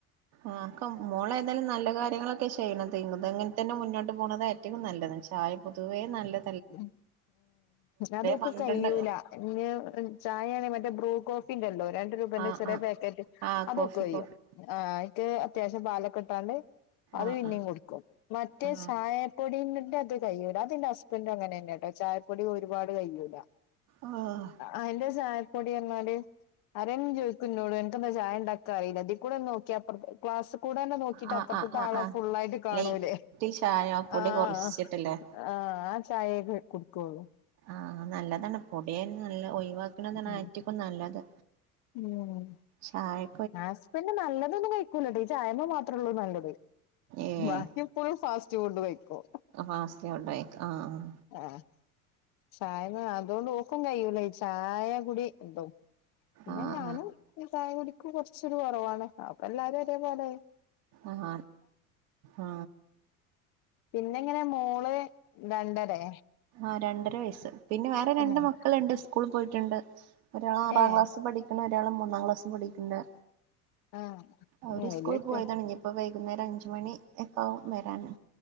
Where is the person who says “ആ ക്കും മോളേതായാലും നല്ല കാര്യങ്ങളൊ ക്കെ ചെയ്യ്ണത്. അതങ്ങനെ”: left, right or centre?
Right